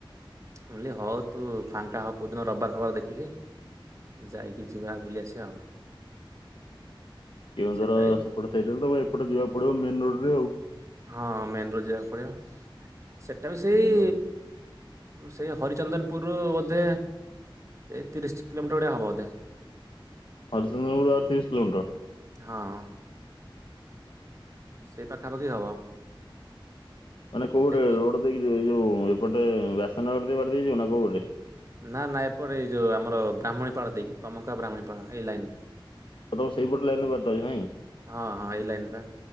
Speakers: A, on the right; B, on the left.
A: ମୁଁ ଇଲି ହଉ ତୁ ଫାଙ୍କା ହଅ କୋଉ ଦିନ ରବିବାର ଫବିବାର ଦେଖିକି। ଯାଇକି ଯିବା ବୁଲି ଆସିଆ ଆଉ।
B: କେଉଁଝର
A: ସେଟା ବି
B: ସେପଟେ ସାଇଟି ରୁ ତମେ ଏପଟେ ଯିବାକୁ ପଡିବ ମେନ୍ ରୋଡ ରେ ଆଉ।
A: ହଁ ମେନ୍ ରୁ ଯିବାକୁ ପଡିବ ସେଟା ବି ସେଇ
B: ମେନ ରୋଡ
A: ସେଇ ହରିଚନ୍ଦନପୁର୍ ରୁ ବୋଧେ ଏଇ ତିରିଶ୍ କିଲମିଟର ଭଳି ହବ ବୋଧେ।
B: ହରିଚନ୍ଦନପୁରୁ ରୁ ଆଉ ତିରିଶି କିଲୋମିଟର?
A: ହଁ। ସେଇ ପାଖାପାଖି ହବ।
B: ମାନେ କୋଉଟେ
A: ଦେଖି
B: ରୋଡ୍ ଦେଇକି ଯିବେ ଏ ଯୋଉ ଏପଟେ ବାସନଗର ବାଟ ଦେଇଯିବେ ନା କୋଉ ବାଟେ?
A: ନା ନା ଏପଟେ ଏଇ ଯୋଉ ଆମର ବ୍ରାହ୍ମଣୀ ପାଳ ଦେଇକି ଟମକା ବ୍ରାହ୍ମଣୀପାଳ ଏଇ ଲାଇନ୍।
B: ତମର ସେଇପଟେ ଲାଇନି ରେ ବାଟ ଅଛି ନାଇଁ?
A: ହଁ ହଁ ଏଇ ଲାଇନ ପା